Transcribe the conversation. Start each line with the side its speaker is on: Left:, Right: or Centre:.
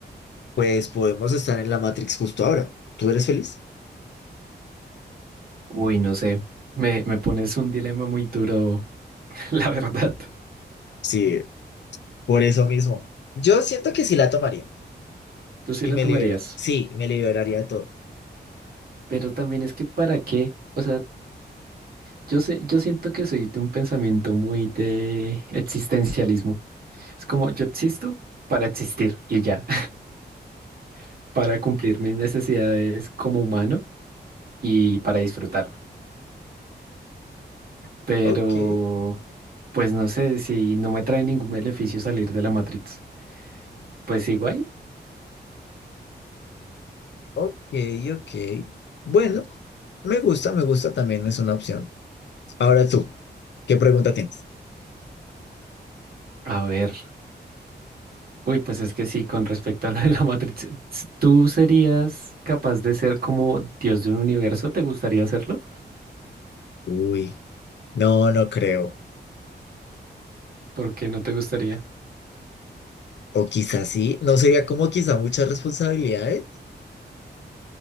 Left: pues podemos estar en la Matrix justo ahora. ¿Tú eres feliz?
Right: Uy, no sé. Me, me pones un dilema muy duro, <laughs> la verdad.
Left: Sí, por eso mismo. Yo siento que sí la tomaría
Right: Tú sí
Left: y
Right: la
Left: me
Right: tomarías.
Left: libera. Sí, me liberaría de todo.
Right: Pero también es que ¿para qué? O sea, Yo sé, yo siento que soy de un pensamiento muy de existencialismo. Es como yo existo para existir y ya, <laughs> para cumplir mis necesidades como humano y para disfrutar. Pero,
Left: Ok,
Right: pues no sé si no me trae ningún beneficio salir de la Matrix. Pues sigo ahí.
Left: ok, ok. Bueno, me gusta, me gusta también, es una opción. Ahora tú, ¿qué pregunta tienes?
Right: A ver. Uy, pues es que sí, con respecto a lo de la Matrix, s- ¿tú serías capaz de ser como Dios de un universo? ¿Te gustaría hacerlo?
Left: Uy, no, no creo.
Right: ¿Por qué no te gustaría?
Left: O quizás sí, no sería como quizá muchas responsabilidades.